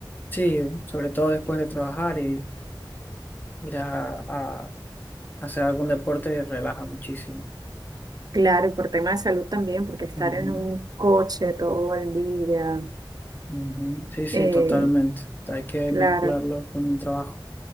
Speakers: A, on the left; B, on the right.
A: Sí, sobre todo después de trabajar y ir a, a hacer algún deporte relaja muchísimo.
B: Claro, y por tema de salud también, porque estar
A: Ujú,
B: en un coche todo el día,
A: ujú. Sí, sí,
B: eh,
A: totalmente. Hay que
B: claro.
A: mezclarlo con el trabajo,